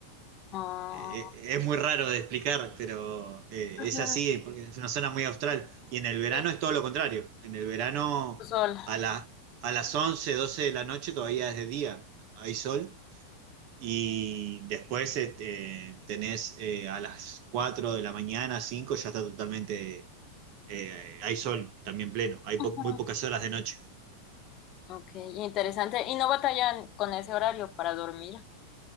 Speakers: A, on the left (about 35°); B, on the right (about 45°).
A: Ah,
B: eh, es muy raro de explicar, pero eh,
A: Ajá.
B: es así, porque es una zona muy austral. Y en el verano
A: sí,
B: es todo lo contrario. En el verano
A: sol.
B: a la- a las 11 12 de la noche todavía es de día, hay sol. Y después eh, eh, tenés eh, a las 4 de la mañana, 5 ya está totalmente, eh, hay sol también pleno, hay po-
A: Ajá.
B: muy pocas horas de noche.
A: Ok, interesante. Y no batallan con ese horario para dormir,